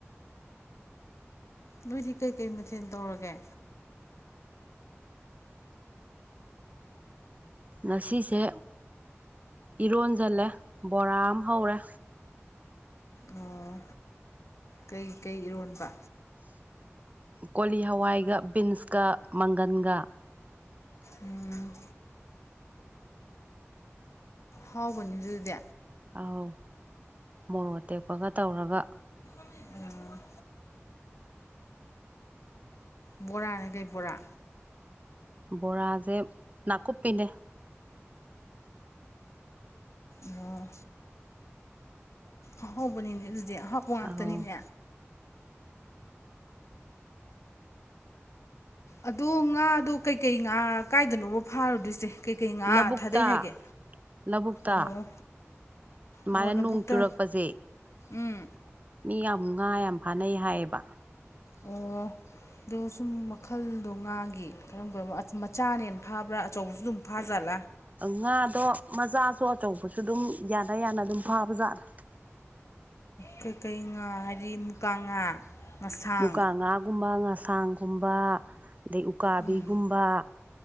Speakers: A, on the left (about 75°); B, on the right (about 30°).
A: ꯅꯣꯏꯗꯤ ꯀꯩ ꯀꯩ ꯃꯊꯦꯜ ꯇꯧꯔꯒꯦ
B: ꯉꯁꯤꯁꯦ ꯏꯔꯣꯟꯖꯜꯂꯦ ꯕꯣꯔꯥ ꯑꯃ ꯍꯧꯔꯦ
A: ꯑꯣ ꯀꯩ ꯀꯩ ꯏꯔꯣꯟꯕ
B: ꯀꯣꯂꯤ ꯍꯋꯥꯏꯒ ꯕꯤꯟꯁꯀ ꯃꯪꯒꯟꯒ
A: ꯎꯝ ꯍꯥꯎꯕꯅꯤ ꯑꯗꯨꯗꯤ
B: ꯑꯧ ꯃꯣꯔꯣꯛ ꯑꯇꯦꯛꯄꯒ ꯇꯧꯔꯒ
A: ꯎꯝ ꯕꯣꯔꯥꯅ ꯀꯩ ꯕꯣꯔꯥ
B: ꯕꯣꯔꯖꯦ ꯅꯀꯨꯞꯄꯤꯅꯦ
A: ꯑꯣ ꯑꯍꯥꯎꯧꯕꯅꯤꯅꯦ ꯑꯗꯨꯗꯤ ꯑꯍꯥꯎꯕ ꯉꯥꯛꯇꯅꯤꯅꯦ
B: ꯑꯧ
A: ꯑꯗꯣ ꯉꯥꯗꯣ ꯀꯩ ꯀꯩ ꯉꯥ ꯀꯥꯏꯗꯅꯣꯕ ꯐꯥꯔꯨꯗꯨꯏꯁꯦ ꯀꯩ ꯀꯩ ꯉꯥ
B: ꯂꯧꯕꯨꯛꯇ
A: ꯊꯥꯗꯩ ꯍꯥꯏꯒꯦ
B: ꯂꯧꯕꯨꯛꯇ
A: ꯑꯣ
B: ꯁꯨꯃꯥꯏꯅ
A: ꯑꯣ
B: ꯅꯣꯡ
A: ꯂꯧꯕꯨꯛꯇ
B: ꯆꯨꯔꯛꯄꯁꯦ
A: ꯎꯝ
B: ꯃꯤ ꯌꯥꯝ ꯉꯥ ꯌꯥꯝ ꯐꯥꯅꯩ ꯍꯥꯏꯌꯦꯕ
A: ꯑꯣ ꯑꯗꯣ ꯁꯨꯝ ꯃꯈꯜꯗꯣ ꯉꯥꯒꯤ ꯀꯔꯝ ꯀꯔꯝꯕ ꯃꯆꯥꯅ ꯍꯦꯟꯅ ꯐꯥꯕ꯭ꯔꯥ ꯑꯆꯧꯕꯁꯨ ꯑꯗꯨꯝ ꯐꯥꯖꯠꯂꯥ
B: ꯉꯥꯗꯣ ꯃꯆꯥꯁꯨ ꯑꯆꯧꯕꯁꯨ ꯑꯗꯨꯝ ꯌꯥꯅ ꯌꯥꯅ ꯑꯗꯨꯝ ꯐꯥꯕ ꯖꯥꯠꯂ
A: ꯀꯩꯀꯩ ꯉꯥ ꯍꯥꯏꯔꯤ ꯃꯨꯀꯥ ꯉꯥ ꯉꯁꯥꯡ
B: ꯃꯨꯒꯥ ꯉꯥꯒꯨꯝꯕ ꯉꯥꯁꯥꯡꯒꯨꯝꯕ ꯑꯗꯩ ꯎꯀꯥꯕꯤꯒꯨꯝꯕ
A: ꯎꯝ